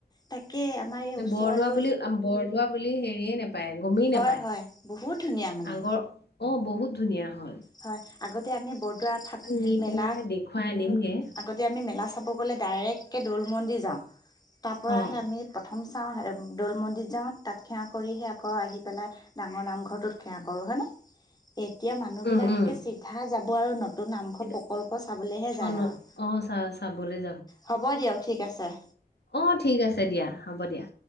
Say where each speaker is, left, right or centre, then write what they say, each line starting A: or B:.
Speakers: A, on the left; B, on the left.
A: তাকে আমাৰ এই ওচৰ
B: বৰদোৱা
A: আৰু
B: বুলি বৰদোৱা বুলি হেৰিয়ে নাপায়। গমেই
A: হয়
B: নাপায়
A: হয় বহুত ধুনীয়া মানে
B: আগৰ অঁ বহুত ধুনীয়া হয়।
A: হয় আগতে আমি বৰদোৱা থাকো
B: নি
A: মেলা
B: পেলাই দেখুৱাই আনিমগে
A: আগতে আমি মেলা চাব গ'লে। ডাইৰেক্ট কে দল মন্দিৰ যাওঁ তাৰ পৰাহে
B: অ
A: আমি প্ৰথম চাওঁ দৌল মন্দিৰ যাওঁ তাত সেৱা কৰিহে আকৌ আহি পেলাই ডাঙৰ নামঘৰটোত সেৱা কৰো হা নে এতিয়া মানুহ বিলাকে
B: উম উম
A: চিধা যাব আৰু নতুন নামঘৰ
B: তেতিয়া-
A: প্ৰকল্প চাবলে হে যায়
B: অ ন-
A: আউ
B: অ চা চাবলৈ
A: হ'ব দিয়ক ঠিক আছে
B: আহ ঠিক আছে দিয়া হ'ব দিয়া।